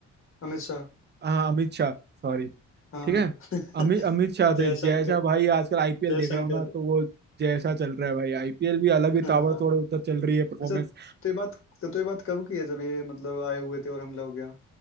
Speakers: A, on the left; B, on the right.
A: अमित शाह
B: हाँ अमित शाह सॉरी
A: हाँ
B: ठीक है
A: <laughs>
B: अमित अमित शाह
A: जयशंकर
B: थे जय शाह भाई आजकल आईपीएल
A: जयशंकर
B: देख रहा हूँ ना तो वो जय शाह चल रहा है भाई आईपीएल भी अलग ही
A: हाँ
B: ताबड़तोड़ उधर चल रही है परफॉर्मेंस
A: अच्छा तो ये बात तो ये बात कब की है जब ये मतलब आए हुए थे और हमला हो गया